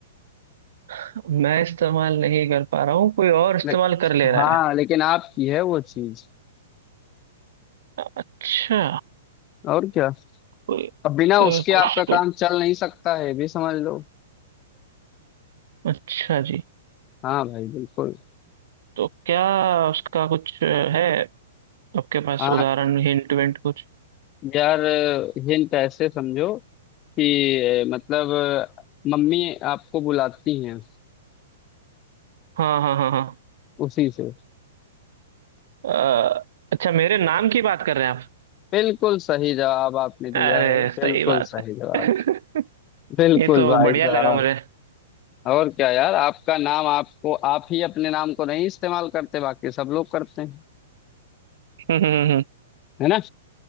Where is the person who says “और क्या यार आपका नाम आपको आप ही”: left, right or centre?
Left